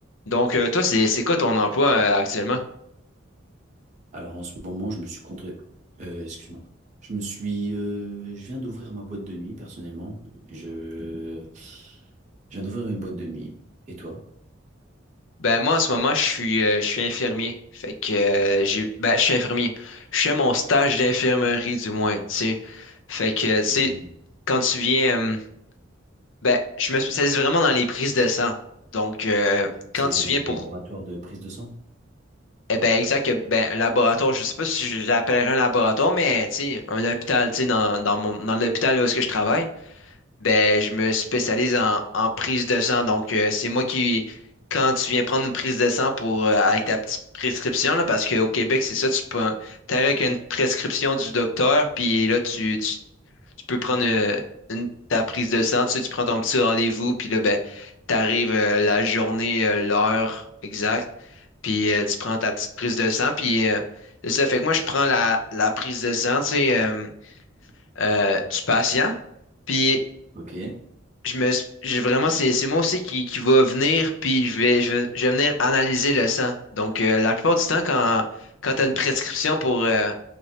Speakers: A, on the left; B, on the right.
A: Donc, euh, toi, c'est c'est quoi ton emploi euh, actuellement?
B: Alors en ce moment, je me suis contre... euh, excuse-moi. Je me suis, euh, je viens d'ouvrir ma boîte de nuit personnellement. Je, je viens d'ouvrir une boîte de nuit. Et toi?
A: Ben moi, en ce moment, je suis euh, je suis infirmier. Fait que euh, j'ai ben je suis infirmier. Je fais mon stage d'infirmerie du moins, tu sais. Fait que euh, tu
B: Mhm.
A: sais, quand tu viens, euh, ben je me spécialise vraiment dans les prises de sang. Donc euh, quand
B: C'est
A: tu
B: dans
A: viens
B: le
A: pour
B: laboratoire de prise de sang?
A: eh ben exact euh, ben un laboratoire, je sais pas si je l'appellerais un laboratoire, mais tu sais un hôpital, tu sais dans dans mon dans l'hôpital où est-ce que je travaille. Ben, je me spécialise en, en prise de sang. Donc, euh, c'est moi qui, quand tu viens prendre une prise de sang pour, euh, avec ta petite prescription, là, parce qu'au Québec, c'est ça, tu peux, t'arrives avec une prescription du docteur, puis là, tu, tu, tu peux prendre euh, une- ta prise de sang, tu sais, tu prends ton petit rendez-vous, puis là, ben, t'arrives euh, la journée, euh, l'heure exacte, puis euh, tu prends ta petite prise de sang, puis euh, c'est ça fait que moi, je prends la, la prise de sang, tu sais, euh, euh, du patient. Puis
B: Ok.
A: je me, s- j'ai vraiment, c'est, c'est moi aussi qui, qui va venir, puis je vais, je vais, je vais venir analyser le sang. Donc, euh, la plupart du temps, quand, quand tu as une prescription pour, euh,